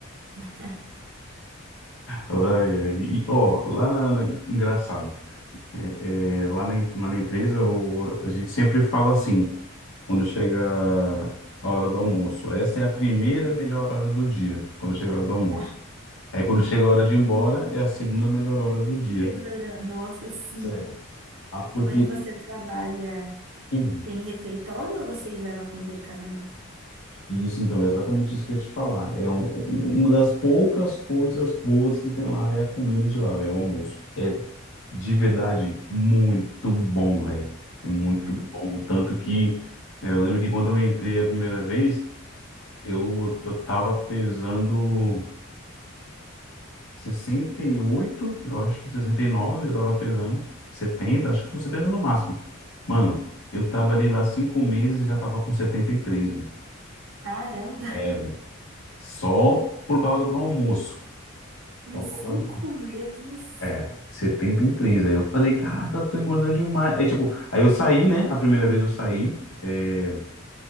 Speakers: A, on the right; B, on the left.
A: <laughs>
B: Ai, ai, E, ó, lá na, na- engraçado, é, é, lá na, em- lá na empresa eu- a gente sempre fala assim, quando chega a hora do almoço, essa é a primeira melhor hora do dia, quando chega a hora do almoço.
A: da
B: Aí quando chega a hora de ir embora, é a segunda melhor hora do dia.
A: segunda, nossa, sim.
B: Sério. Ah, porque
A: Onde você trabalha,
B: Uhum.
A: tem refeitório ou vocês levam a comida de casa mesmo?
B: isso, então, é exatamente isso que eu ia te falar. É um- um, uma das poucas coisas boas que tem lá é a comida de lá, velho, o almoço. É de verdade muito bom, velho. É muito
A: Hum,
B: bom. Tanto que eh, eu lembro que quando eu entrei a primeira vez, eu, eu tava pesando 68, eu acho, 69, eu tava pesando, 70, acho que tô 70 no máximo. Mano, eu trabalhei lá cinco meses e já tava com 73, mano.
A: caramba,
B: É,
A: <laughs>
B: velho. Só por causa do almoço.
A: em
B: Só
A: cinco
B: por causa do...
A: meses,
B: É, 73. Aí eu falei, caraca, eu tô engordando demais. Aí, tipo, aí eu saí, né? A primeira vez eu saí. é,